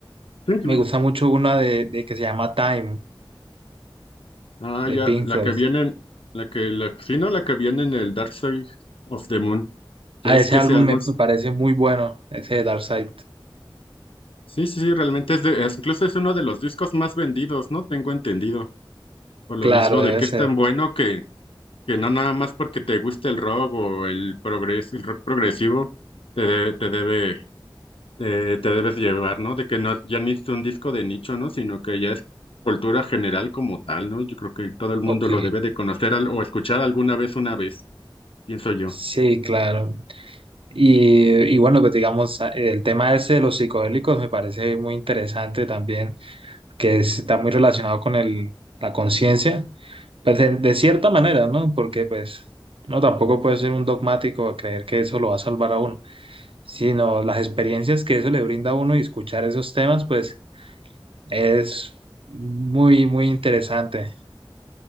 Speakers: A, on the left (about 90°); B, on the right (about 80°).
A: sí, dime.
B: Me gusta mucho una de, de que se llama Time,
A: Ah,
B: de
A: ya,
B: Pink
A: la
B: Floyd.
A: que viene, en- la que, la, sí, no, la que viene en el Dark Side of the Moon. Ya
B: A
A: ves
B: ese
A: que
B: álbum
A: ese álbum,
B: me,
A: sí,
B: me parece muy bueno, ese de Dark Side.
A: sí, sí, realmente es de, es- incluso es uno de los discos más vendidos, ¿no? Tengo entendido. Por lo
B: Claro,
A: mismo
B: debe
A: de que
B: ser.
A: es tan bueno que que no nada más porque te guste el rock o el progres, el rock progresivo, te, de- te debe, eh, te debes llevar, ¿no? De que no, ya ni es un disco de nicho, ¿no? Sino que ya es cultura general como tal, ¿no? Yo creo que todo el mundo
B: Ok,
A: lo debe de conocer al- o escuchar alguna vez, una vez, pienso yo.
B: sí, claro. Y, y bueno, pues digamos, a- el tema ese de los psicodélicos me parece muy interesante también, que es- está muy relacionado con el, la conciencia, pues de, de cierta manera, ¿no? Porque pues no tampoco puede ser un dogmático a creer que eso lo va a salvar a uno, sino las experiencias que eso le brinda a uno y escuchar esos temas, pues Es muy, muy interesante.